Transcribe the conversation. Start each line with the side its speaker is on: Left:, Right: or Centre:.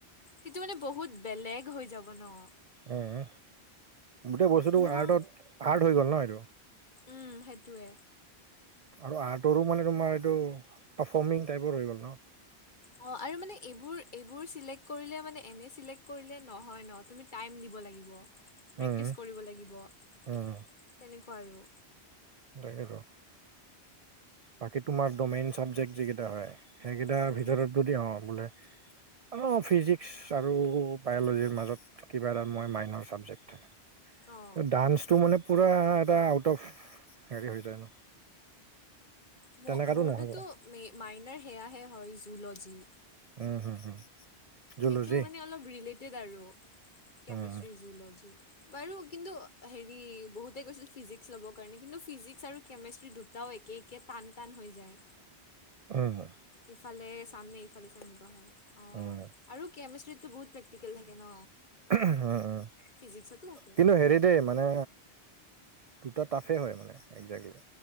Left: সেইটো মানে বহুত বেলেগ হৈ যাব নহ।
Right: অহ, গোটেই বস্তুটো
Left: মোৰ
Right: আৰ্টত আৰ্ট হৈ গল নহ এইটো
Left: উম সেইটোৱে
Right: আৰু আৰ্টৰো মানে তোমাৰ এইটো পাৰফৰ্মিং টাইপৰ হৈ গল নহ
Left: অহ আৰু মানে এইবোৰ, এইবোৰ চিলেক্ট কৰিলে মানে এনে চিলেক্ট কৰিলে নহয় নহ। তুমি টাইম দিব লাগিব, প্ৰেক্টিচ
Right: উম
Left: কৰিব লাগিব তেনেকুৱা
Right: উম
Left: আৰু
Right: তাকেটো বাকী তোমাৰটো মেইন চাবজেক্ট যিকেইটা হয়, সেইকেইটাৰ
Left: উম
Right: ভিতৰত যদি অহ বোলে অহ ফিজিক্স আৰু বায়লজিৰ মাজত কিবা এটা মই মাইনৰ চাবজেক্ট থাকে।
Left: অ
Right: টো ডান্সটো মানে পোৰা এটা আউট অফ হেৰি হৈ যায় ন।
Left: মোৰ
Right: তেনেকাতো
Left: মোৰটোতো
Right: নহ'ব
Left: মে মাইনাৰ সেয়াহে হয় জুলজী।
Right: উম হুম হম। জুলজি
Left: সেইটো মানে অলপ ৰিলেটেড আৰু কেমেষ্ট্ৰি
Right: উম
Left: জুলজি। বাৰু কিন্তু হেৰি বহুতেই কৈছিল ফিজিক্স ল'ব কাৰণে কিন্তু ফিজিক্স আৰু কেমেষ্ট্ৰি দুটাও একেই। কে টান টান হৈ যায়।
Right: উম হম্।
Left: ইফালে চামনে ইফালে চাম এনেকুৱা হয়, অহ
Right: উম,
Left: আৰু কেমেষ্ট্ৰীটো বহুত প্ৰেক্টিকেল থাকে ন।
Right: অঁ অঁ
Left: ফিজিক্সতো থাকে
Right: কিন্তু হেৰি দেই মানে দুটা টাফে হয় মানে একজেক্টলি।